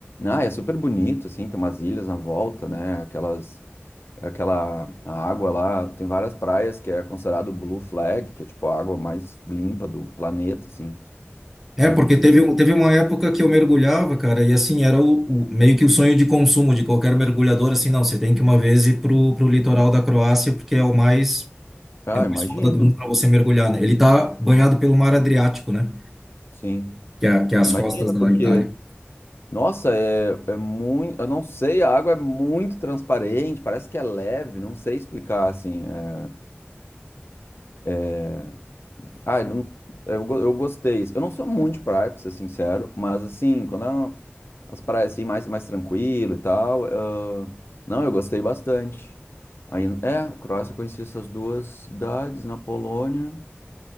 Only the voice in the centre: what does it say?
É,
porque teve, um- teve uma época que eu mergulhava, cara, e assim, era o, o- meio que o sonho de consumo de qualquer mergulhador, assim, não, você tem que uma vez ir pro, pro litoral da Croácia, porque é o mais,
é o
mais foda do mundo para você mergulhar, né? Ele tá banhado pelo mar Adriático, né?
Que é, que é as
costas da
Itália.